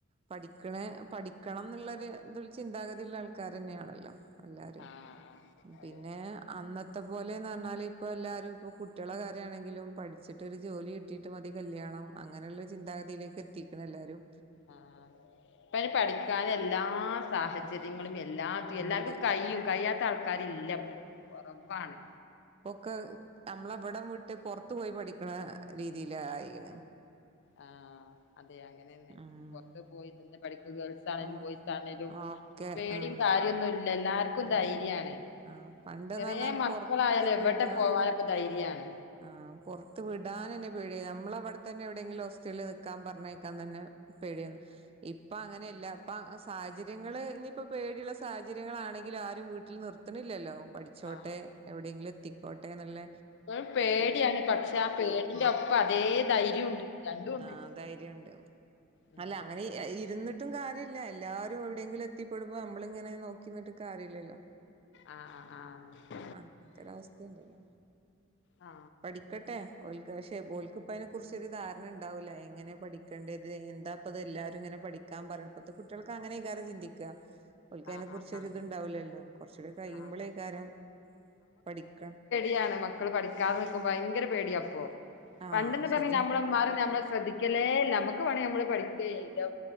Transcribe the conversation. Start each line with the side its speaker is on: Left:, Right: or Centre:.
Right: പഠിക്കണെ പഠിക്കണം ന്നുള്ളരു ഇത് ചിന്താഗതിയുള്ള ആൾക്കാരെന്നെയാണല്ലോ എല്ലാരും
Left: ആഹ് അതെ
Right: പിന്നെ അന്നത്തെ പോലെന്ന് പറഞ്ഞാല് ഇപ്പ എല്ലാ രും കുട്ടിയേളെ കാര്യാണെങ്കിലും പഠിച്ചിട്ട് ഒരു ജോലി കിട്ടിട്ട് മതി കല്യാണം അങ്ങനെള്ള ചിന്താഗതിയിലേക്ക് എ ത്തിക്ക്‌ണെല്ലാരും
Left: ആഹ് ഇപ്പയ്ന് പഠിക്കാൻ എല്ലാ സാഹ ചര്യങ്ങളും എല്ലാറ്റും എല്ലാർക്കും
Right: ഉണ്ട്
Left: കയും കയ്യാത്ത ആൾക്കാരില്ലപ്പോ കൊറവാണ്
Right: ഒക്കെ നമ്മളെവിടം വിട്ട് പുറത്ത് പോയി പഠിക്കണ രീതിയില് ആയിണ്
Left: ആഹ് അതെ അങ്ങനെന്നെ
Right: ഉം
Left: പൊറത്തു പോയി നിന്ന് പഠിക്കുക ഗേൾസാണേലും
Right: ആഹ്
Left: ബോയ്സാണേലും
Right: ഓക്കെ
Left: പേടിം
Right: ആഹ്
Left: കാര്യൊന്നുല്ല എല്ലാർക്കും
Right: ഇല്ല
Left: ധൈര്യാണ്
Right: ആഹ് പണ്ട്ന്ന്
Left: ചെറിയ
Right: പറഞ്ഞാ
Left: മക്കളായാലും
Right: പൊറത്ത് വിടാന്
Left: എവിടെ പോവാനും ഇപ്പോ ധൈര്യാണ്
Right: ആഹ് പുറത്ത് വിടാൻ തന്നെ പേടിയ നമ്മള അവിടെ തന്നെ എവിടെയങ്കിലും ഹോസ്റ്റലിൽ നിൽക്കാൻ പറഞ്ഞേക്കാൻ തന്നെ പേടിയാണ് ഇപ്പം അങ്ങനെയല്ല അപ്പം സാഹചര്യങ്ങൾ ഇനിയിപ്പോൾ പേടിയുള്ള സാഹചര്യങ്ങളാണെങ്കിലും ആരും വീട്ടിൽ നിർ ത്ത്ണില്ലല്ലോ പഠിച്ചോട്ടെ
Left: ആ
Right: എവിടെയെങ്കിലും എത്തിക്കോട്ടെ ന്നുള്ള
Left: ഓൻ പേടിയാണ് പക്ഷെ ആ പേടിന്റെ ഒപ്പം അതേ ധൈര്യുണ്ട് രണ്ടും ഉണ്ട്
Right: ആഹ് ധൈര്യണ്ട്
Left: ഉം
Right: അല്ല അങ്ങനെ ഏഹ് ഇരിന്നിട്ടും കാര്യല്ല എല്ലാരും എവിടെയെങ്കിലും എത്തിപ്പെടുമ്പോ നമ്മള ഇങ്ങനെ നോ ക്കി നിന്നിട്ട് കാര്യല്ലല്ലോ
Left: ആ ആ അതെ
Right: അങ്ങനത്തൊരു അവസ്ഥയുണ്ടല്ലോ
Left: ആ
Right: പഠിക്കട്ടെ ഓൽക്ക് പക്ഷെ ഓൽക്ക്‌ ഇപ്പ അയ്നെ കുറിച്ചൊരു ധാരണ ഉണ്ടാവൂല എങ്ങനെ പഠി ക്കേണ്ടത് എന്താപ്പത് എല്ലാരും ഇങ്ങനെ പഠിക്കാൻ പറയ്ണത് ഇപ്പത്തെ കുട്ടികൾക്ക് അങ്ങനെക്കാരം ചിന്തിക്കാ ഓൽക്കയ്നെ
Left: ആ ആ
Right: കുറിച്ച്
Left: ആ
Right: ഒരിതുണ്ടാവില്ലല്ലോ
Left: ആ
Right: കുറച്ചൂടി കഴിയുമ്പോളെക്കാരം
Left: ആ
Right: പഠിക്കാ
Left: യാണ് മക്കൾ പഠിക്കാതെ നിക്കുമ്പോ ഭയങ്കര പേടിയാപ്പൊ
Right: ആഹ്
Left: പണ്ടെന്ന്
Right: ശരിയാ
Left: പറഞ്ഞ നമ്മളെ ഉമ്മാര് നമ്മളെ ശ്രദ്ധി ക്കലേ ഇല്ല നമ്മക്ക് വേണങ്കി നമ്മള് പഠിക്കുക എയ്താ